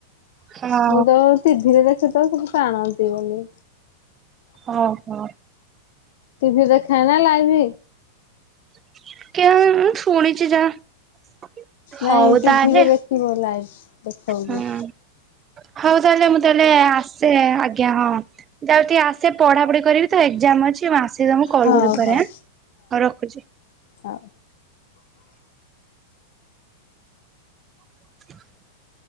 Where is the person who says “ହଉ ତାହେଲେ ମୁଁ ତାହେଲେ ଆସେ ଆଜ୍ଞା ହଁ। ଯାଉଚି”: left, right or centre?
Right